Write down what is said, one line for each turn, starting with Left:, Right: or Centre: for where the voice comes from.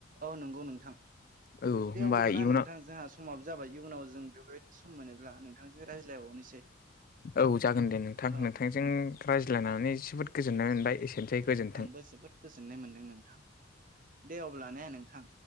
Right: औ नंगौ नोंथां
Left: औ
Right: दे
Left: होमबा
Right: अब्लाना
Left: इयुनाव
Right: नोंथां जोंहा स समाबो जाबाय इयुनाव जों बेफोरबायदि सम मोनोब्ला नोंथांजों रायज्लायबावनोसै।
Left: औ जागोन दे नोंथां
Right: औ
Left: नोंथांजों रायज्लायनानै जोबोद गोजोननाय मोनबाय एसेनोसै। गोजोन्थों
Right: आंबो जोबोद गोजोननाय मोनदों नोंथां दे अब्ला ने नोंथां